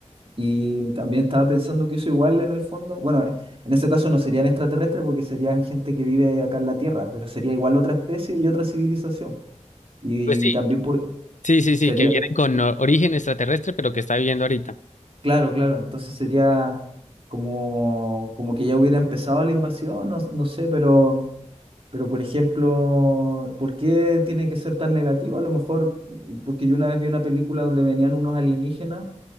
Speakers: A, on the right; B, on the left.
A: Y también estaba pensando que eso igual en el fondo, bueno, eh, en ese caso no serían extraterrestres porque serían gente que vive acá en la Tierra, pero sería igual otra especie y otra civilización. Y
B: Pues sí,
A: también po-
B: sí, sí,
A: Sería,
B: sí, que vienen con
A: eh,
B: o- origen extraterrestre, pero que está viviendo ahorita.
A: claro, claro, entonces sería como, como que ya hubiera empezado la invasión, no, no sé, pero, pero por ejemplo, ¿por qué tiene que ser tan negativo? A lo mejor, eh, porque yo una vez vi una película donde venían unos alienígenas